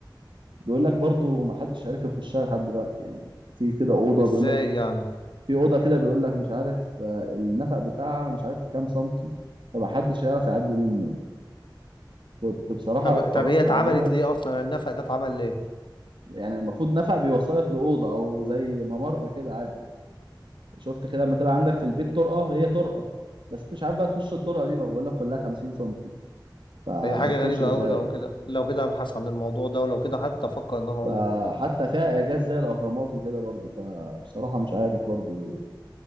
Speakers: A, on the right; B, on the left.
A: بيقول لك برضو ما حدش عارف يخشها لحد دلوقتي يعني في كده اوضه
B: ازاي
A: بيقول لك
B: يعني
A: في اوضه كده بيقول لك مش عارف آه، النفق بتاعها مش عارف كام سنتي فمحدش يعرف يعدي منه كنت بصراحه
B: طب
A: اتفرجت
B: طب هي اتعملت
A: عليها
B: ليه اصلا يعني النفق ده اتعمل ليه
A: يعني المفروض نفق بيوصلك لأوضة أو زي ممر كده عادي شفت كده لما تبقى عندك في البيت طرقة هي طرقة بس أنت مش عارف بقى تخش الطرقة دي ما بقول لك كلها 50 سنتي فهتخش
B: هي حاجة غريبة
A: إزاي
B: قوي لو كده لو كده ابحث عن الموضوع ده ولو كده حتى افكر ان انا اروحه
A: فحتى
B: يعني
A: فيها إعجاز زي الأهرامات وكده برضو فبصراحة مش عارف برضو